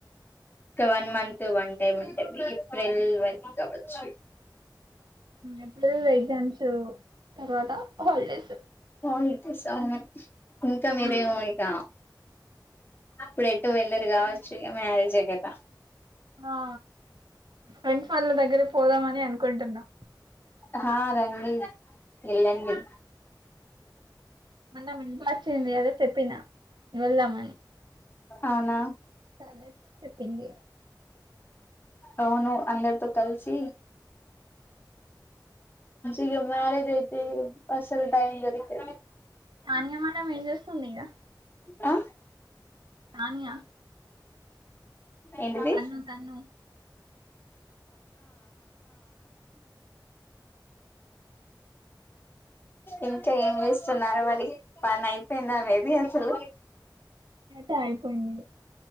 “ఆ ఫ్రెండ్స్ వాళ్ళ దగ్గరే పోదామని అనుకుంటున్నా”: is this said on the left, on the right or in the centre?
Right